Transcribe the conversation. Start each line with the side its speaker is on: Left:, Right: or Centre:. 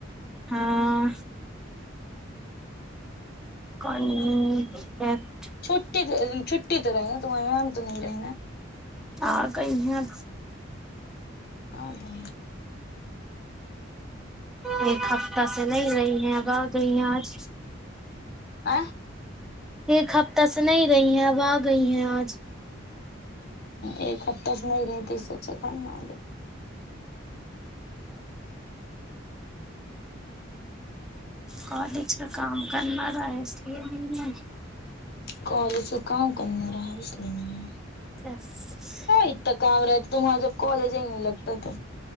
Centre: ہاں امم ایکٹھ
Left: چٹھی چھٹی تو رہے گا تو وہیں تم آرام سے رہے گا
Centre: آ گئی ہیں
Left: آ گئے
Centre: ایک ہف تا سے نے رہئی ہیں اب آ گئی ہیں آج
Left: آ
Centre: ایک ہفتہ سے نہیں رہی ہے اب آ گئی ہیں آج
Left: ایک ہفتے سے نہیں رہی تو اسسے چلانا
Centre: کالج کا کام کرنا رہا ہے اس لیے نہیں
Left: کالج کا کام کرنے رہا اس لیے میں
Centre: ہے
Left: اتنا کام رہتا تم وہاں جب کالج ہی نہیں لگتا تو